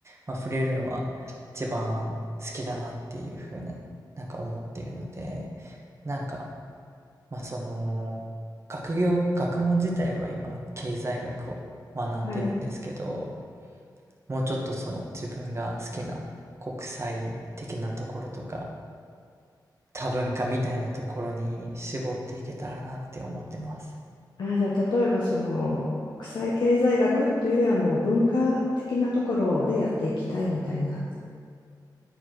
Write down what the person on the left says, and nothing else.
はい。
あ、じゃあ、例えば、その、国際経済学というよりは、もう文化的なところでやっていきたいみたいな。